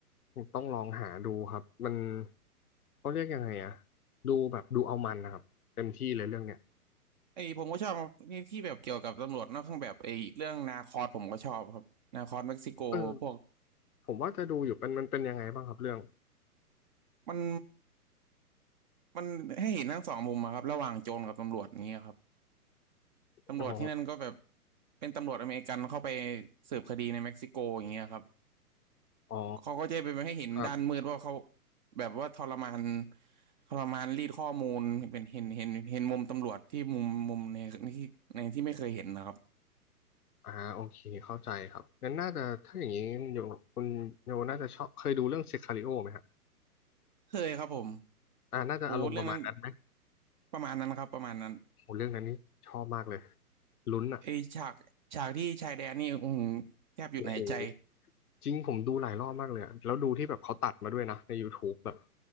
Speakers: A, on the left; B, on the right.
A: ต้องลองหาดูครับมันเขาเรียกยังไงอะดูแบบดูเอามันนะครับเต็มที่เลยเรื่องเนี้ย
B: ไอ้ผมก็ชอบนี่ที่แบบเกี่ยวกับตำรวจนอกเครื่องแบบไอ้เรื่องนาคอสผมก็ชอบครับนาคอสเม็กซิโกพวก
A: เออผมว่าจะดูอยู่เป็นมันเป็นยังไงบ้างครับเรื่อง
B: มันมันให้เห็นทั้งสองมุมอะครับระหว่างโจรกับตำรวจอย่างเงี้ยครับตำรวจที่นั่นก็แบบ
A: อ๋อ
B: เป็นตำรวจอเมริกันเข้าไปสืบคดีในเม็กซิโกอย่างเงี้ยครับ
A: อ๋อ
B: เขาก็จะไปให้เห็นด้านมืดว่าเขา
A: ครับ
B: แบบว่าทรมานทรมานรีดข้อมูลเป็นเห็นเห็นเห็นมุมตำรวจที่มุมมุมในในที่ในที่ไม่เคยเห็นนะครับ
A: อ่าโอเคเข้าใจครับงั้นน่าจะถ้าอย่างนี้โยคุณโยน่าจะชอบเคยดูเรื่องเซคาริโอไหมฮะ
B: เคยครับผม
A: อ่าน่าจะอารมณ์ประมาณนั้นไหม
B: โอ้เรื่องนั้นประมาณนั้นครับประมาณนั้น
A: โหเรื่องนั้นนี่ชอบมากเลยลุ้นอ่ะ
B: ไอฉากฉากที่ชายแดนนี่อืมแทบหยุดหายใจ
A: โอ้โหจริงผมดูหลายรอบมากเลยอะแล้วดูที่แบบเขาตัดมาด้วยนะใน YouTube แบบ